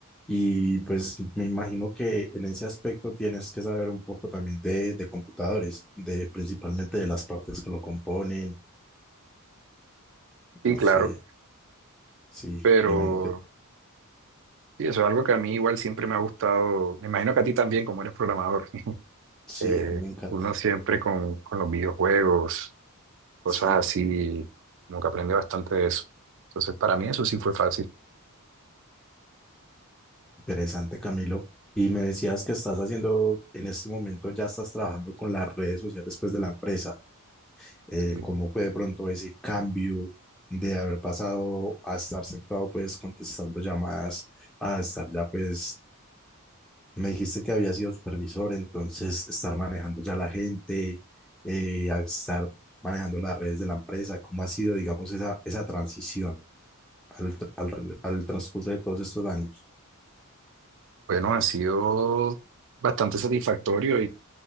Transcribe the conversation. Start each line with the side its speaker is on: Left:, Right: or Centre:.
Centre: Y pues me imagino que en ese aspecto tienes que saber un poco también de, de computadores, de principalmente de las partes que lo componen.
Right: Y
Centre: No
Right: claro,
Centre: sé, sí,
Right: pero
Centre: me imagino que
Right: y eso es algo que a mí igual siempre me ha gustado. Me imagino que a ti también, como eres programador, <laughs>
Centre: sí,
Right: eh,
Centre: a mí me encanta.
Right: uno siempre con, con los videojuegos, cosas
Centre: Sí,
Right: así, como que aprende bastante de eso. Entonces, para mí eso sí fue fácil.
Centre: interesante, Camilo. Y me decías que estás haciendo, en este momento ya estás trabajando con las redes sociales pues de la empresa. Eh,
Right: Y,
Centre: ¿cómo fue de pronto ese cambio de haber pasado a estar sentado pues contestando llamadas? a estar ya pues Me dijiste que había sido supervisor, entonces estar manejando ya la gente, eh, al estar manejando las redes de la empresa, ¿cómo ha sido, digamos, esa, esa transición al, tr- al re- al transcurso de todos estos años?
Right: Bueno, ha sido bastante satisfactorio